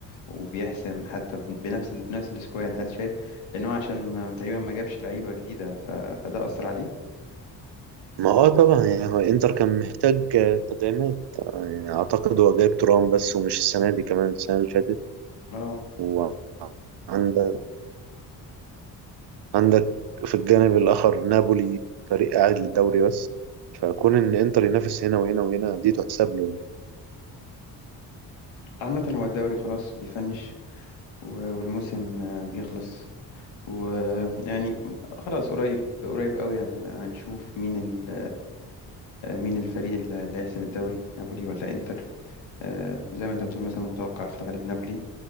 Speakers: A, on the left; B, on the right.
A: وبيحسم حتى ب- بنفس ال... بنفس السكواد هل شايف ان هو عشان ما... تقريبا ما جابش لعيبة جديدة ف... فده أثر عليه
B: ما هو طبعا يعني هو انتر كان محتاج آه، تدعيمات آه، يعني أعتقد هو جايب ترام بس ومش السنة دي كمان السنة اللي فاتت
A: اه
B: وعندك عندك في الجانب الآخر نابولي فريق قاعد للدوري بس فكون إن إنتر ينافس هنا وهنا وهنا دي تحسب له يعني.
A: عامة هو الدوري خلاص بيفنش و... والموسم آه، بيخلص ويعني خلاص قريب قريب قوي هن... هنشوف مين ال... آه، مين الفريق اللي اللي هيحسم الدوري نابولي ولا انتر آه، زي ما انت بتقول مثلا متوقع في الغالب نابولي